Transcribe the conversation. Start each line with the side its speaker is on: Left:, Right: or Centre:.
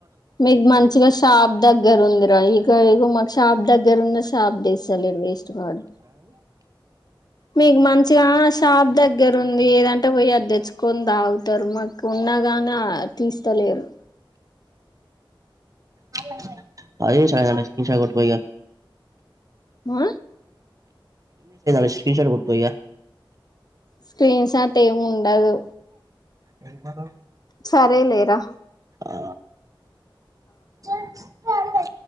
Left: మీకు మంచిగా షాప్ దగ్గర ఉందిరా ఇక ఇగో మాకు షాప్ దగ్గర ఉన్న షాప్ తీస్తాలేడు వేస్ట్ గాడు మీకు మంచిగా ష్ షాప్ దగ్గర ఉంది ఏదంటే పోయి అది తెచ్చుకో కొని తాగుతారు మాకు ఉన్నాగానే తీస్తలేరు
Right: హలో అది షానానె ఈ సారి కొట్టుపో ఇగ
Left: మా
Right: <inaudible> స్క్రీన్షాట్ కొట్టుకో ఇగ
Left: స్క్రీన్ షాట్ ఏము ఉండదు
Right: ఏడికి పోతావ్
Left: సరేలే రా
Right: ఆ చార్ చాల